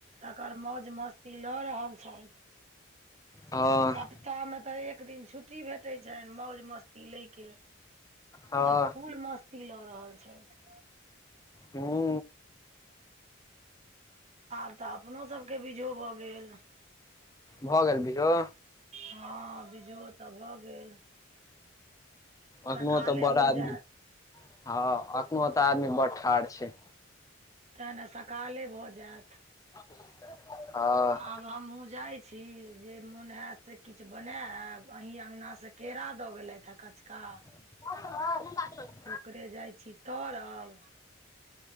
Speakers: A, on the right; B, on the left.
A: तकर मौज मस्ती लऽ रहल छथि।
B: हँ
A: सप् सप्ताह मे तऽ एक दिन छुट्टी भेटैत छनि मौज मस्ती लय के।
B: हँ
A: आइ फुल मस्ती लऽ रहल छथि।
B: हुं।
A: आब तऽ अपनो सभके बीझो भऽ गेल।
B: भऽ गेल बिझो।
A: हँ बीझो तऽ भऽ गेल।
B: एखनो
A: सकाले
B: तऽ बड़
A: भऽ
B: आदमी
A: जायत
B: हँ एखनो तऽ आदमी बड़ ठाढ़ छै।
A: ते ने सकाले भऽ जायत।
B: हँ।
A: आब हमहुँ जाय छी, जे मोन हयत से किछ बनायब, अहीं अंगना से केरा दऽ गेलथि हे कचका
B: आ <unintelligible>
A: ओकरे जाइ छी तरब